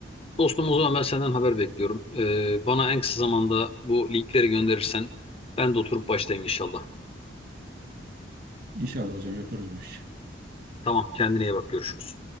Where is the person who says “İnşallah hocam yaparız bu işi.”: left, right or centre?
Right